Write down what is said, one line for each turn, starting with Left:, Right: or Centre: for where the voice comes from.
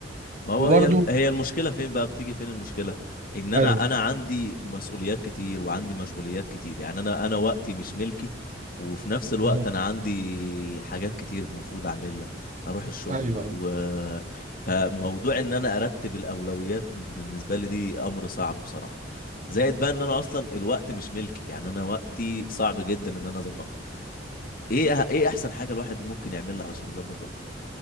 Left: ما هو
Right: وبرضه
Left: هي هي المشكلة فين بقى بتيجي فين المشكلة ان انا
Right: ايوه
Left: انا عندي مسؤوليات كتير وعندي مشغوليات كتير يعني انا انا وقتي مش ملكي وفي نفس الوقت
Right: بالظبط
Left: انا عندي حاجات كتير المفروض اعملها اروح الشغل
Right: ايوه
Left: و
Right: ايوه
Left: فموضوع ان انا ارتب الاولويات بالنسبة لي دي امر صعب بصراحة زائد بقى ان انا اصلا الوقت مش ملكي يعني انا وقتي صعب جدا ان انا اظبطه ايه أه- ايه احسن حاجة الواحد ممكن يعملها علشان يظبط وقته